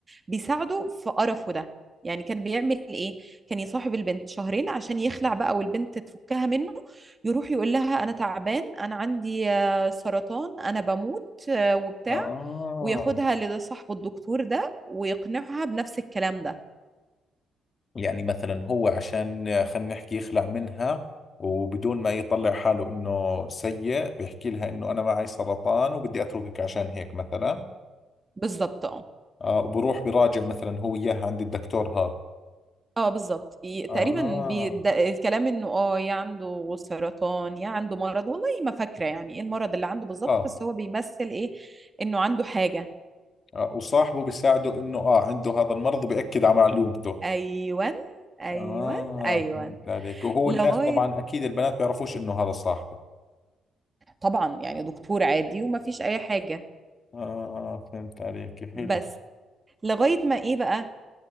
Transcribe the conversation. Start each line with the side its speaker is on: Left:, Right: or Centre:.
Right: بيساعده في قرفه ده يعني كان بيعمل ايه كان يصاحب البنت شهرين عشان يخلع بقى والبنت تفكها منه يروح يقول لها انا تعبان انا عندي آه، سرطان انا بموت آه، وبتاع
Left: اه
Right: وياخدها لصاحبه الدكتور ده ويقنعها بنفس الكلام ده
Left: يعني مثلا هو عشان خلينا نحكي يخلع منها وبدون ما يطلع حاله انه سيء بيحكي لها انه انا معي سرطان وبدي اتركك عشان هيك مثلا
Right: بالظبط اه
Left: آه وبروح براجع مثلا هو اياها عند الدكتور هذا
Right: اه بالظبط ي-
Left: آه
Right: تقريبا بيد... الكلام انه اه يا عنده سرطان يا عنده مرض والله ما فاكره يعني ايه المرض اللي عنده بالظبط
Left: آه,
Right: بس هو بيمثل ايه انه عنده حاجه
Left: اه وصاحبه بيساعده انه اه عنده هذا المرض وبيأكد على معلومته
Right: ايوان ايوان
Left: اه
Right: ايوان
Left: فهمت عليك وهو
Right: لغايه
Left: الناس طبعا اكيد البنات بيعرفوش انه هذا صاحبه
Right: طبعا يعني دكتور عادي وما فيش اي حاجه
Left: اه فهمت عليك حلو
Right: بس لغايه ما ايه بقى